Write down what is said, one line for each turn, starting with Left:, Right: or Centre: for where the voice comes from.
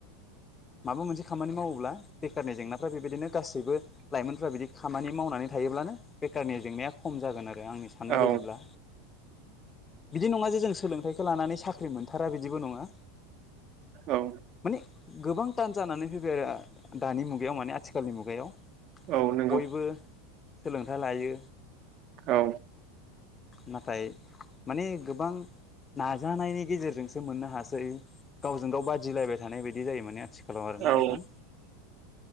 Left: माबा मोनसे खामानि मावोब्ला बेखारनि जेंनाफ्रा बेबायदिनो गासैबो लाइमोनफ्रा बिदि खामानि मावनानै थायोब्लानो बेखारनि जेंनाया खम जागोन आरो आरो आंनि साननाय
Right: औ
Left: बायदिब्ला बिदि नङा जे जों सोलोंथाइ खो लानानै साख्रि मोनथारा बिदिबो नङा।
Right: औ
Left: माने गोबां टान जानानै फैबाय आरो दानि मुग बेयाव माने आथिखालनि मुगायाव
Right: औ नोंगौ।
Left: बयबो सोलोंथाइ लायो
Right: औ
Left: नाथाय माने गोबां नाजानायनि गेजेरजोंसो मोननो हासै गावजों गाव बाद दिलायबाय थानाय बायदि जायो माने आथिखालाव आरोना
Right: औ
Left: नोंथां।